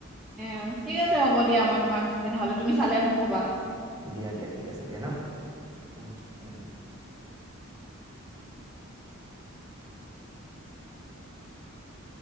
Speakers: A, in the centre; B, on the right.
A: আৰু ঠিক আছে হ'ব দিয়া, মই তোমাক তেনেহ'লে তুমি চালে কবা।
B: দিয়া, দিয়া ঠিক আছে দিয়া ন? উম, উম, উম। <unintelligible>